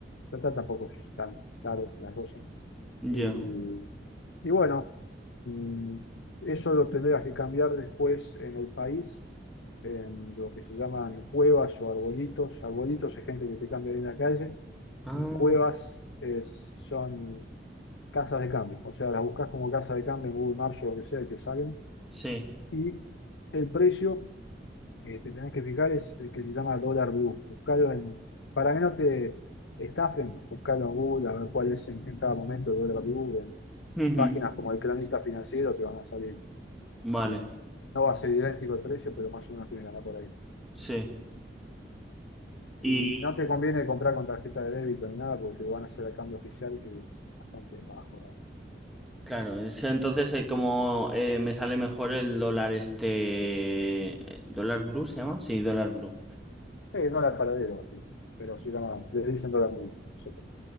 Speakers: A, on the left; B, in the centre.
A: Total, tampoco es tan caro la cosa.
B: Ya.
A: Y, y bueno, mm, eso lo tendrás que cambiar después en el país, en lo que se llaman cuevas o arbolitos. Arbolitos es gente que te cambia ahí en la calle,
B: Ah,
A: y cuevas es- son casas de cambio. O sea, las buscas como casa de cambio en Google Maps o lo que sea y te salen.
B: sí.
A: Y el precio que te tenés que fijar es el que se llama Dólar Blue. Buscalo en, para que no te estafen, buscalo en Google a ver cuál es en, en cada momento Dólar Blue, en
B: Ujú,
A: páginas como el cronista financiero te van a salir.
B: Vale,
A: Y no va a ser idéntico el precio, pero más o menos tiene que andar por ahí.
B: sí. Y
A: Y no te conviene comprar con tarjeta de débito ni nada, porque te lo van a hacer el cambio oficial, que es bastante bajo. ¿Verdad?
B: claro, es entonces eh, como eh, me sale mejor el dólar este... ¿Dólar blue se llama? Sí, dólar blue.
A: Eh, no la paradero, así. Pero se llama, le dicen Dólar Blue. no sé.